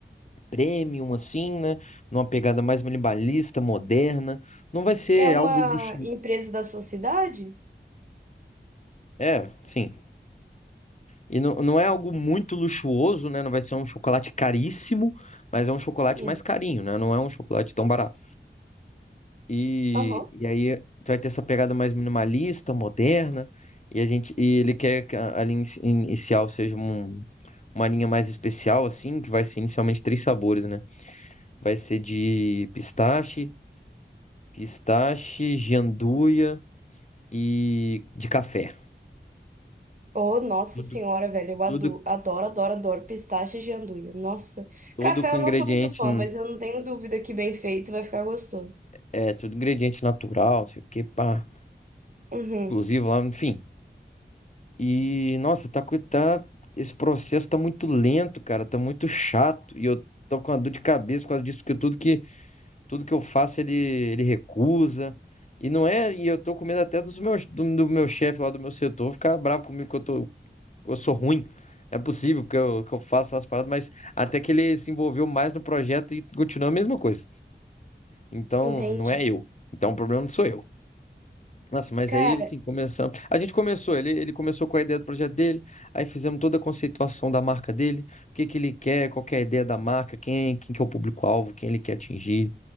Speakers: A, on the left; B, on the right.
A: premium, assim, né? Numa pegada mais minimalista, moderna. Não vai ser
B: É uma
A: algo luxuoso.
B: empresa da sua cidade?
A: É, sim. E não, não é algo muito luxuoso, né? Não vai ser um chocolate caríssimo, mas é um chocolate
B: Sim.
A: mais carinho, né? Não é um chocolate tão barato. E,
B: Aham.
A: e aí tu vai ter essa pegada mais minimalista, moderna. E a gente, e ele quer que a, a linha inici- inicial seja um- uma linha mais especial, assim, que vai ser inicialmente três sabores, né? Vai ser de pistache, pistache, gianduia e de café.
B: Oh, nossa
A: Tudo,
B: senhora, velho, eu ado-
A: tudo,
B: adoro, adoro, adoro pistache de anduia. Nossa.
A: tudo
B: Café
A: com
B: eu
A: ingrediente,
B: não sou muito fã, mas eu não tenho dúvida que bem feito vai ficar gostoso.
A: é, tudo ingrediente natural, não sei o que, pá,
B: Uhum,
A: exclusivo lá, enfim. E, nossa, tá, co- tá, esse processo tá muito lento, cara, tá muito chato. E eu tô com uma dor de cabeça por causa disso, porque tudo que, tudo que eu faço ele, ele recusa. E não é, e eu tô com medo até dos meus, do, do meu chefe lá do meu setor ficar bravo comigo que eu tô, eu sou ruim. Não é possível que eu, que eu faço as paradas, mas até que ele se envolveu mais no projeto e continuou a mesma coisa. Então,
B: entendi.
A: não é eu. Então, o problema não sou eu. Nossa, mas
B: Cara,
A: aí, assim, começamos. A gente começou, ele, ele começou com a ideia do projeto dele, aí fizemos toda a conceituação da marca dele, o que que ele quer, qual que é a ideia da marca, quem, quem que é o público-alvo, quem ele quer atingir,